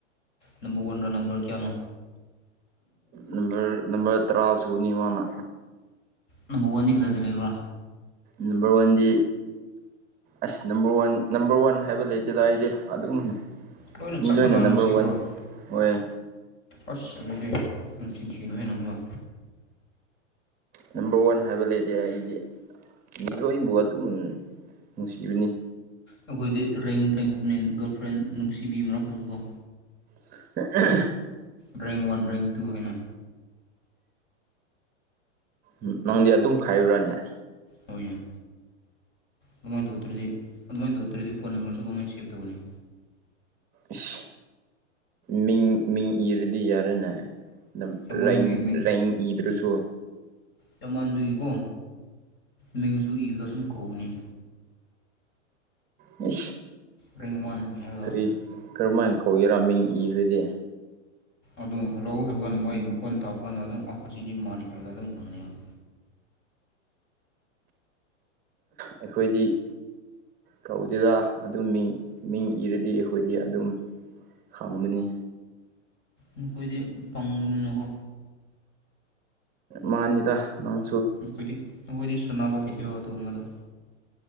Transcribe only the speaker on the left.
ꯅꯝꯕꯔ ꯋꯥꯟꯗ ꯅꯝꯕꯔ ꯀꯌꯥꯅꯣ
ꯅꯝꯕꯔ ꯋꯥꯟꯅꯤ ꯀꯗꯥꯏꯗ ꯂꯩꯕ꯭ꯔꯥ
ꯂꯣꯏꯅ ꯆꯞ
ꯃꯥꯟꯅꯅ
ꯅꯨꯡꯁꯤꯕ꯭ꯔꯣ
ꯑꯁ ꯑꯗꯨꯗꯤ ꯅꯪ ꯆꯤꯟꯊꯌꯅꯨ ꯍꯥꯏ ꯍꯕ
ꯑꯩꯈꯣꯏꯗꯤ ꯔꯦꯡ ꯔꯦꯡ ꯍꯥꯞꯄꯅꯤ ꯒꯔꯜꯐ꯭ꯔꯦꯟ ꯅꯨꯡꯁꯤꯕꯤ ꯃꯔꯛꯇꯁꯨ ꯀꯣ
ꯔꯔꯤ ꯋꯥꯟ ꯔꯔꯤ ꯇꯨ ꯍꯅ
ꯍꯣꯏ ꯌꯥ ꯑꯗꯨꯃꯥꯏꯅ ꯇꯧꯗ꯭ꯔꯗꯤ ꯑꯗꯨꯃꯥꯏꯅ ꯇꯧꯗꯔꯗꯤ ꯐꯣꯟ ꯅꯝꯕꯔꯁꯨ ꯀꯃꯥꯏꯅ ꯁꯦꯞ ꯇꯧꯒꯅꯤ
ꯌꯥꯝꯃꯟꯕꯒꯤ
ꯌꯥꯝꯞ ꯃꯟꯕꯤꯒꯤꯀꯣ ꯃꯤꯡꯁꯨ ꯏꯕꯗꯣ ꯑꯗꯨꯝ ꯀꯧꯕꯅꯤ
ꯔꯔꯤꯣꯟ ꯍꯦ
ꯑꯗꯨ ꯍꯜꯂꯛꯎ ꯍꯥꯏꯕ ꯀꯥꯟꯗ ꯃꯣꯏ ꯃꯈꯣꯟ ꯇꯥꯕ ꯀꯥꯟꯗ ꯑꯗꯨꯝ ꯑ ꯑꯁꯤꯗꯤ ꯃꯥꯥꯟꯜꯂꯤ ꯍꯥꯏꯕꯗ ꯑꯗꯨꯝ ꯈꯪꯅꯤꯕ
ꯅꯈꯣꯏꯗꯤ ꯐꯪꯕꯅꯤꯅꯀꯣ
ꯑꯩꯣꯏꯗꯤ ꯃꯈꯈꯣꯏꯗꯤ ꯁꯥꯟꯅꯕ ꯍꯩꯕꯤꯔꯣ ꯑꯗꯨꯒꯨꯝꯕꯗꯣ